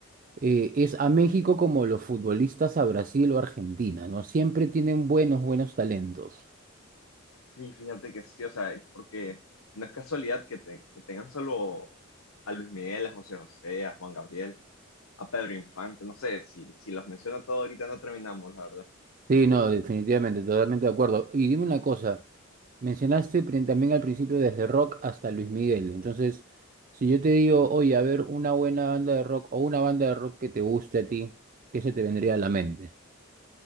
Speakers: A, on the right; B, on the left.
A: eh, es a México como los futbolistas a Brasil o Argentina, ¿no? Siempre tienen buenos, buenos talentos.
B: Sí, fíjate que sí, o sea, porque no es casualidad que, te- que tengan solo a Luis Miguel, a José José, a Juan Gabriel, a Pedro Infante, no sé, si, si los menciono todos ahorita no terminamos, la verdad.
A: Sí, no, definitivamente, totalmente de acuerdo. Y dime una cosa, mencionaste pri- también al principio desde rock hasta Luis Miguel. Entonces, si yo te digo, oye, a ver, una buena banda de rock o una banda de rock que te guste a ti, ¿qué se te vendría a la mente?